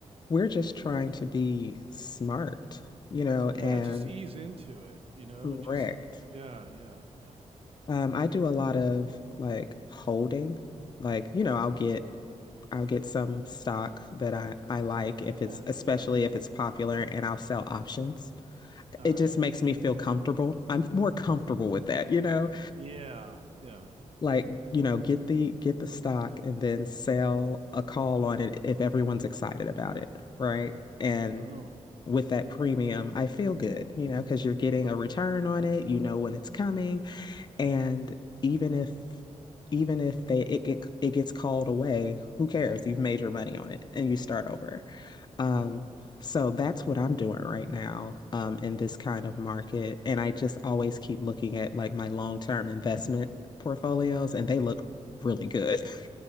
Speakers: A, on the left (about 35°); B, on the right (about 50°).
A: We're just trying to be smart, you know,
B: Yeah,
A: and
B: just ease into it, you know,
A: correct.
B: just yeah, yeah, yeah.
A: Um, I do a lot of like holding, like, you know, I'll get I'll get some stock that I, I like if
B: Yeah,
A: it's especially
B: yeah.
A: if it's popular and I'll sell options.
B: All
A: It
B: right.
A: just makes me feel comfortable. I'm more comfortable with that, you know?
B: Yeah, yeah.
A: Like, you know, get the get the stock and then sell a call on it if everyone's excited about it, right? And
B: Oh.
A: with that premium, I feel good, you know, because you're getting a return on it, you know when it's coming, and even if even if they it, it it gets called away, who cares? You've made your money on it and you start over. Um,
B: Hmm.
A: so that's what I'm doing right now, um, in this kind of market. And I just always keep looking at like my long-term investment portfolios, and they look really good. <laughs>